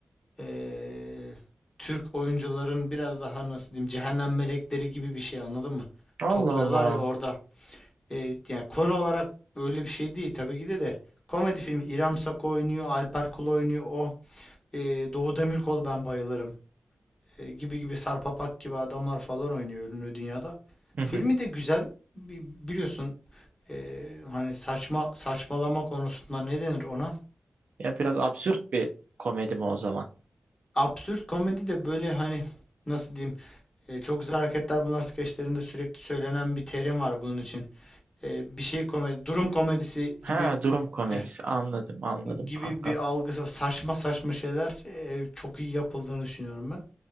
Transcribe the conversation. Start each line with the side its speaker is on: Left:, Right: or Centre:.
Left: eee, Türk oyuncuların biraz daha nasıl diyeyim cehennem melekleri gibi bir şey anladın mı?
Right: Allah
Left: Topluyorlar
Right: Allah.
Left: ya orada. E, yani konu olarak öyle bir şey değil tabii ki de de komedi filmi İrem Sako oynuyor, Alper Kul oynuyor, o e, Doğu Demirkol ben bayılırım E, gibi gibi Sarpapak gibi adamlar falan oynuyor Ölümlü Dünya'da.
Right: Hı hı.
Left: Filmi de güzel. Biliyorsun e, hani saçma saçmalama konusunda ne denir ona?
Right: Ya biraz absürt bir komedi mi o zaman?
Left: Absürt komedi de böyle hani nasıl diyeyim e, çok güzel hareketler bunlar skeçlerinde sürekli söylenen bir terim var bunun için. E, bir şey komedi durum komedisi
Right: Ha
Left: gibi
Right: durum komedisi
Left: Heh,
Right: anladım anladım
Left: gibi
Right: kanka.
Left: bir algısı saçma saçma şeyler e, çok iyi yapıldığını düşünüyorum ben.